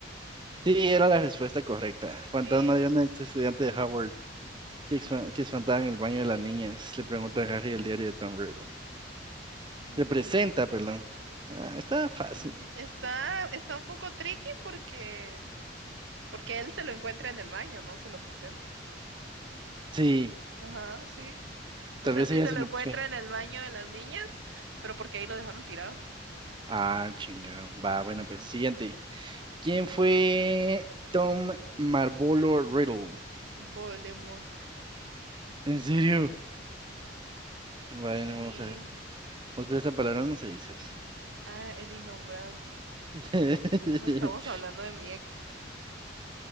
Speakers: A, on the right; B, on the right.
A: Sí, era la respuesta correcta. Fantasma
B: Sí.
A: de una ex estudiante de Howard que, expa- que espantaba en el baño de las niñas. Le pregunta a Harry el diario de Tom Riddle.
B: Ujú.
A: Le presenta, perdón. Ah, está fácil.
B: <clears throat> Está, está un poco tricky porque Porque él se lo encuentra en el baño, no se lo presenta.
A: Sí,
B: Ajá, sí. O
A: tal
B: sea,
A: vez
B: sí
A: ella
B: se
A: se
B: lo
A: lo
B: encuentra
A: puso. ahí.
B: en el baño de las niñas, pero porque ahí lo dejaron tirado.
A: Ah, chingado. Va, bueno,
B: Ujú.
A: pues siguiente. ¿Quién fue Tom Marvolo Riddle?
B: Voldemort.
A: ¿En serio?
B: Y,
A: Vale,
B: y sí.
A: no, vamos a ver. Vamos a ver, esta palabra no se dice.
B: Ah, el innombrable.
A: <laughs>
B: No estamos hablando de mi ex.